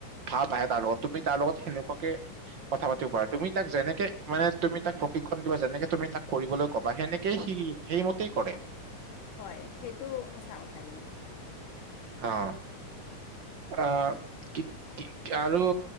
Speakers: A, on the right (about 55°); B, on the left (about 75°).
A: ভাৱ আহে তাৰ লগত তুমি তাৰ লগত সেনেকুৱাকে কথা পাতিব পাৰা, তুমি তাক যেনেকে মানে তুমি তাক প্ৰশিক্ষণ দিবা যেনেকে তুমি তাক কৰিবলৈ ক'বা সেনে কেই সি সেইমতেই কৰে।
B: হয়, সেইটো সঁচা কথা কিন্তু।
A: অ', আহ কি কি আৰু